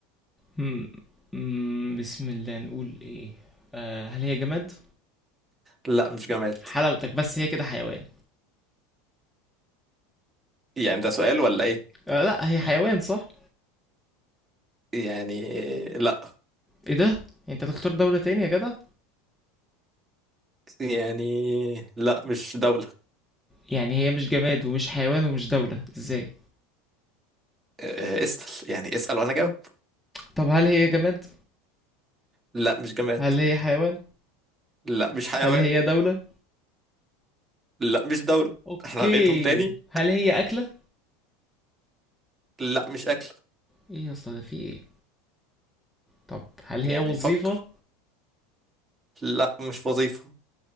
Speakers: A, in the centre; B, on the right.
A: مم. مم. بسم الله نقول ايه آه هل هي جماد
B: لا مش جماد
A: حلاوتك بس هي كده حيوان
B: يعني ده سؤال ولا ايه
A: آه لا هي حيوان صح
B: يعني لا
A: ايه ده انت تختار دولة تاني يا جدع
B: يعني لا مش دولة
A: يعني هي مش جماد ومش حيوان ومش دولة ازاي
B: آه، اسأل يعني اسأل وأنا جاوب
A: طب هل هي جماد
B: لا مش جماد
A: هل هي حيوان
B: لا مش حيوان
A: هل هي دولة
B: لا مش دولة
A: اوكي
B: احنا هنعيدهم تاني
A: هل هي اكلة
B: لا مش أكل
A: ايه يا اسطى ده في ايه طب هل هي
B: يعني
A: وظيفة
B: فكر لا مش وظيفة